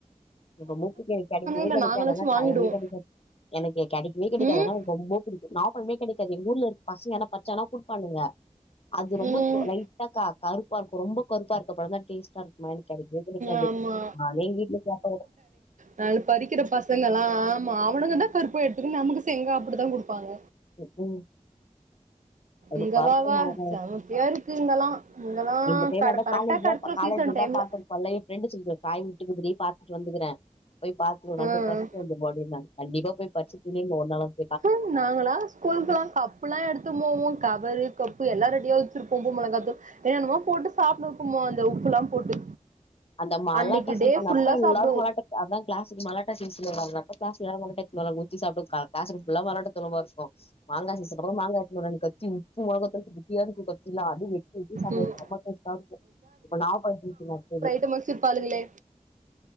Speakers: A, on the left; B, on the right.
A: என ரொம்ப புடிக்கு அது கெடைக்கவே
B: இல்ல
A: கெடைக்காது
B: நாங்களாச்சு
A: ஆனா
B: வாங்கிடுவோ
A: டைமே கெடைக்காது எனக்கு கெடைக்கவே கெடைக்காது
B: ம்
A: ஆனா எனக்கு ரொம்ப புடிக் நவாப்பழமே கெடைக்காது எங்க ஊர்ல இருக்க பசங்க வேணா பருச்சாங்கனா குடுப்பானுங்க அது ரெம்ப
B: ம்
A: லைட்டா க கருப்பா இருக்கு ரொம்ப கருப்பா இருக்க பழந் தா டேஸ்ட்டா இருக் <unintelligible> பிடிக்காது
B: ஆமா
A: நானே வீட்ல சாப்
B: நாளு பறிக்கிற பசங்கல்லா ஆமா அவனுக தா பருப்ப எடுத்துக்குனு நமக்கு செங்கா அப்பிடி தா குடுப்பாங்க
A: ம் அது
B: இங்க
A: பருப்புமாக
B: வா வா செமத்தியா இருக்கு இங்கெல்லா இங்கெல்லா
A: இந்த பேனாதா
B: க கரெக்டா
A: காலேஜ்
B: கெடச்சிரு
A: தா காலேஜ்ல
B: சீசன் டைம்ல
A: தா பாத்துருக் பழைய ஃப்ரெண்டு சொல்து காய் விட்டுகுதுடி பாத்துட்டு வந்துகிறே போய் பாத்துனு வந்து
B: ம்
A: பறுச்சுன்னு வந்துரு முடிய மாட்து கண்டிப்பா போய் பறுச்சு திங்கனு ஒருநாளாவது
B: ம் நாங்களா ஸ்கூலுக்குல்லா கப்புலா எடுத்து போவோ கவரு கப்பு எல்லா ரெடியா வச்சுருப்போ உப்பு மொளகாதூள் என்னன்னமோ போட்டு சாப்புடுவோ உப்பு மொ இந்த உப்பல்லா போட்டு
A: அந்த மல்லாட்டு
B: அன்னைக்கு
A: சீசன்
B: டே ஃபுல்லா
A: அப்ப
B: சாப்டுவோ
A: எல்லாரு மல்லாட்டு அதா க்ளாஸுக்கு மலாட்டா சீசன் வருவாங்கள்ள அப்ப க்ளாஸ்ல எல்லாரு மல்லாட்டா எடுத்துக்குனு வருவாங்க உருச்சு சாப்டுவோ க க்ளாசுக்கு ஃபுல்லா மல்லாட்டா தோழு வாசோ மாங்கா சீசனப்ப மாங்கா எடுத்துக்குனு வருவாங்க கத்தி உப்பு மொளகாதூள் <unintelligible> இருக்கு கத்தில அது வெ வெட்டி சாப்டுவோ
B: ம்
A: செம டேஸ்டா இருக்கு இப்ப நாபழ சீசனு அடுத்தது
B: சமச்சுர்பாளுகளே